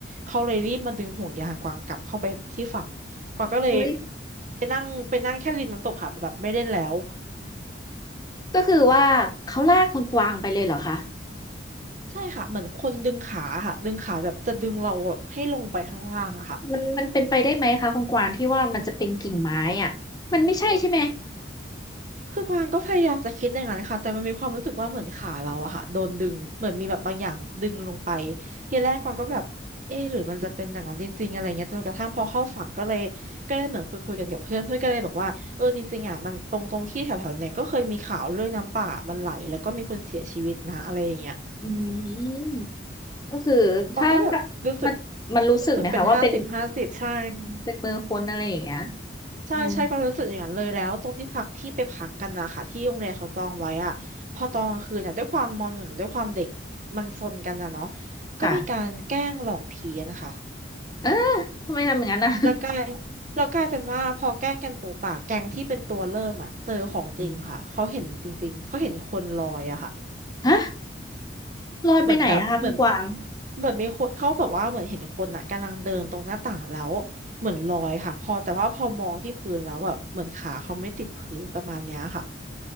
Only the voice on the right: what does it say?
เขาเลยรีบมาดึงห่วงยางกวางกลับเข้าไปที่ฝั่งกวางก็เลย
ไปนั่งไปนั่งแค่ริมน้ำตกค่ะแบบไม่เล่นแล้ว
ใช่ค่ะเหมือนคนดึงขาค่ะดึงขาแบบจะดึงเราแบบให้ลงไปข้างล่างอะค่ะ
คือกวางก็พยายามจะคิดอย่างนั้นค่ะแต่มันมีความรู้สึกว่าเหมือนขาเราอะค่ะโดนดึงเหมือนมีแบบบางอย่างดึงลงไปทีแรกกวางก็แบบเอ๊ะหรือมันจะเป็นอย่างนั้นจริงๆอะไรเงี้ยจนกระทั่งพอเข้าฝั่งก็เลยก็เลยเหมือนคุยคุยกันกับเพื่อนเพื่อนก็เลยบอกว่าเออจริงๆอะมันตรงตรงที่แถวๆเนี่ยก็เคยมีข่าวเรื่องน้ำป่ามันไหลแล้วก็มีคนเสียชีวิตนะอะไรอย่างเงี้ย
กวางก็แบบรู้สึกรู้สึกเป็นห้าสิบห้าสิบใช่
ใช่ใช่ก็รู้สึกอย่างนั้นเลยแล้วตรงที่พักที่ไปพักกันนะคะที่โรงเรียนเขาจองไว้อะพอตอนกลางคืนเนี่ยด้วยความมหนึ่งด้วยความเด็ก
มันซนกันนะเนาะก็มีการแกล้งหลอกผีอะนะคะ
แล้วกลายแล้วกลายเป็นว่าพอแกล้งกันปูป่าแก๊งที่เป็นตัวเริ่มอ่ะเจอของจริงค่ะเขาเห็นจริงๆเขาเห็นคนลอยอะค่ะ
เหมือนแบบเหมือนเหมือนมีคนเขาแบบว่าเหมือนเห็นคนอ่ะกำลังเดินตรงหน้าต่างแล้วเหมือนลอยค่ะพอแต่ว่าพอมองที่พื้นแล้วแบบเหมือนขาเขาไม่ติดพื้นประมาณเนี้ยค่ะ